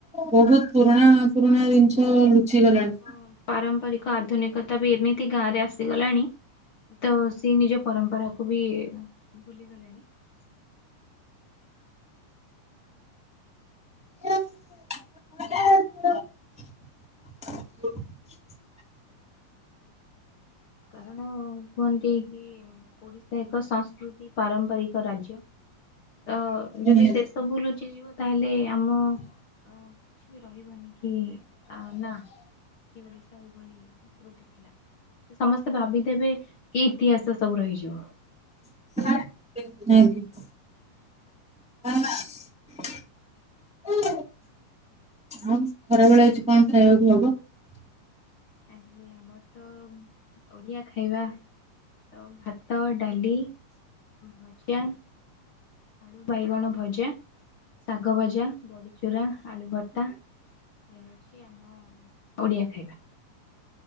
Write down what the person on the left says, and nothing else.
ହ
ଆମ ପାରମ୍ପରିକ ଆଧୁନିକତା ବି ଏମିତି ଗାଁ ରେ ଆସିଗଲାଣି ତ ସେ ନିଜ ପରମ୍ପରାକୁୁ ବି ଭୁଲିଗଲେଣି
କାରଣ କୁହନ୍ତି କି ଓଡିଶା ଏକ ସଂସ୍କୃତି ପାରମ୍ପରିକ ରାଜ୍ୟ ତ ଯଦି
ସେ ସବୁ ଲୁଚିଯିବ, ତାହେଲେ ଆମ କିଛି ବି ରହିବନି କି ନା କି ଓଡିଶା ଏଭଳି ଗୋଟେ ଥିଲା ସମସ୍ତେ ଭାବିଦେବେ ଏଇ ଇତିହାସ ସବୁ ରହିଯିବ
ଆ ଆମର ତ ଓଡିଆ ଖାଇବା ତ ଭାତ ଭାତ ଡାଲି ଭଜା ଆଳୁ ବାଇଗଣ ଭଜା ଶାଗ ଭଜା ବଡିଚୁରା ଆଳୁ ଭତ୍ତା ଇ ହଉଛି। ଆମ ଓଡିଆ ଖାଇବା।